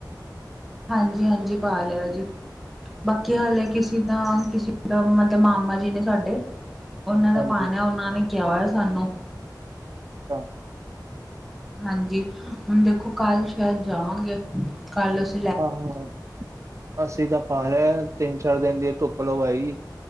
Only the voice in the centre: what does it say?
ਹਾਂਜੀ- ਹਾਂਜੀ ਪਾ ਲਿਆ ਜੀ, ਬਾਕੀ ਹਲੇ ਕਿਸੇ ਦਾ ਕਿਸ ਓਦਾਂ ਮਤਲ ਮਾਮਾ ਜੀ ਨੇ ਸਾਡੇ ਓਨਾਂ ਦਾ
ਪਾਨਾ ਏ ਓਨਾਂ ਨੇ ਕੇਆ ਹੋਇਆ ਸਾਨੂੰ।
ਹਾਂਜੀ, ਹੁਨ ਦੇਖੋ ਕੱਲ ਸਸ਼ੈਦ ਜਾਵਾਂਗੇ ਕੱਲ ਅਸੀ